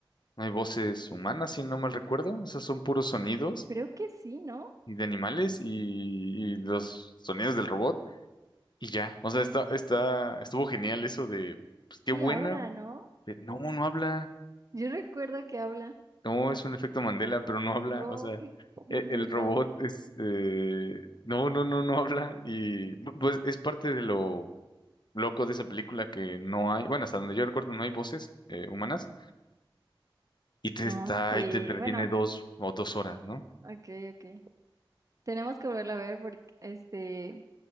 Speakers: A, on the left; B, on the right.
A: No hay voces humanas, si no mal recuerdo. O sea, son puros sonidos
B: Creo que sí, ¿no?
A: y de animales y, y los sonidos del robot y ya. O sea, está, está, estuvo genial eso de, pues qué
B: Sí
A: buena.
B: habla, ¿no?
A: eh, No, no habla.
B: Yo recuerdo que habla.
A: No, es un efecto Mandela, pero no habla.
B: Oh,
A: O sea,
B: qué <laughs>
A: e-
B: interesante.
A: el robot es, eh, no, no, no, no habla. Y bu- pues es parte de lo loco de esa película que no hay, bueno, hasta donde yo recuerdo no hay voces eh, humanas y te
B: No,
A: está
B: sí,
A: y te entretiene
B: bueno,
A: dos o dos horas, ¿no?
B: ok, ok. Tenemos que volverla a ver porque, este,